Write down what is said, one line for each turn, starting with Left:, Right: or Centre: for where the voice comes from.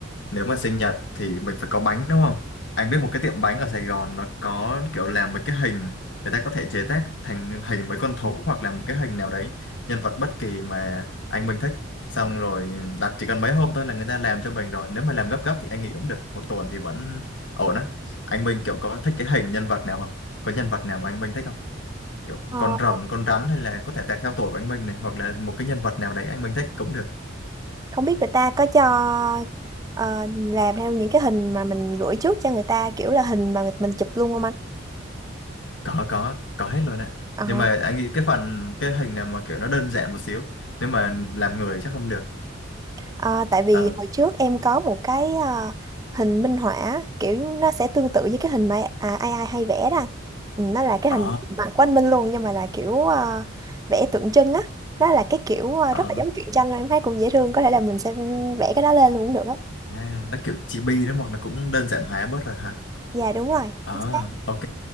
Left: nếu mà sinh nhật thì mình phải có bánh đúng không? Anh biết một cái tiệm bánh ở Sài Gòn nó có kiểu làm một cái hình người ta có thể chế tác thành hình mấy con thú hoặc là một cái hình nào đấy nhân vật bất kỳ mà anh mình thích. Xong rồi đặt chỉ cần mấy hôm thôi là người ta làm cho mình rồi. Nếu mà làm gấp gấp thì anh nghĩ cũng được. Một tuần thì vẫn ổn á. Anh Minh kiểu có thích cái hình nhân vật nào không? Có nhân vật nào mà anh Minh thích kiểu
Right: ờ,
Left: con rồng con rắn hay là có thể tạc theo tuổi của anh Minh này hoặc là một cái nhân vật nào đấy anh Minh thích cũng được
Right: không biết người ta có cho ờ, làm theo những cái hình mà mình gửi trước cho người ta kiểu là hình mà mình chụp luôn không anh?
Left: có có có hết luôn ạ
Right: Ờ.
Left: nhưng mà anh nghĩ cái phần cái hình này mà kiểu nó đơn giản một xíu nếu mà làm người chắc không được
Right: À, tại vì
Left: ờ
Right: hồi trước em có một cái à, hình minh họa kiểu nó sẽ tương tự với cái hình mà à, ai ai hay vẽ đó ừ, nó là cái
Left: ờ
Right: hình mặt của anh Minh luôn nhưng mà là kiểu à, vẽ tượng trưng á đó là cái kiểu à,
Left: ờ
Right: rất là giống truyện tranh mà em thấy cũng dễ thương có thể là mình sẽ vẽ cái đó lên luôn cũng được á
Left: à, nó kiểu chibi đó mà nó cũng đơn giản hóa bớt rồi hả
Right: dạ đúng rồi
Left: ờ
Right: chính xác
Left: ok